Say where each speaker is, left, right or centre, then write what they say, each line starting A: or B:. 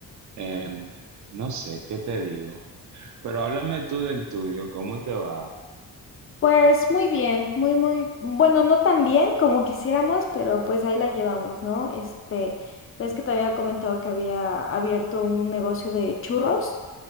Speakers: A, on the right; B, on the left.
A: Em, no sé, ¿qué te digo? Pero háblame tú del tuyo, ¿cómo te va?
B: Pues muy bien, muy, muy, bueno, no tan bien como quisiéramos, pero pues ahí la llevamos, ¿no? Este, ves que te había comentado que había abierto un negocio de churros,